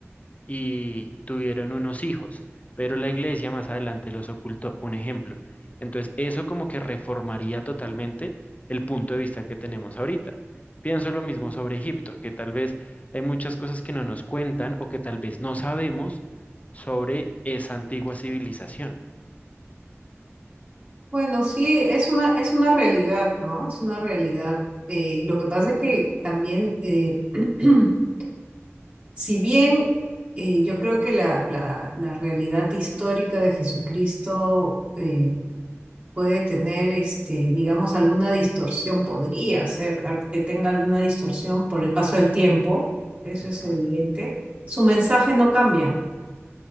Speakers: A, on the left; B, on the right.
A: y tuvieron unos hijos, pero la iglesia más adelante los ocultó. Un ejemplo. Entonces, eso como que reformaría totalmente el punto de vista que tenemos ahorita. Pienso lo mismo sobre Egipto, que tal vez hay muchas cosas que no nos cuentan o que tal vez no sabemos sobre esa antigua civilización.
B: Bueno, sí, es una, es una realidad, ¿no? Es una realidad. Eh, lo que pasa es que también, eh, <clears throat> si bien eh, yo creo que la, la- la realidad histórica de Jesucristo eh, puede tener, este, digamos, alguna distorsión, podría ser al- que tenga alguna distorsión por el paso del tiempo, eso
A: Ujú.
B: es evidente, su mensaje no cambia.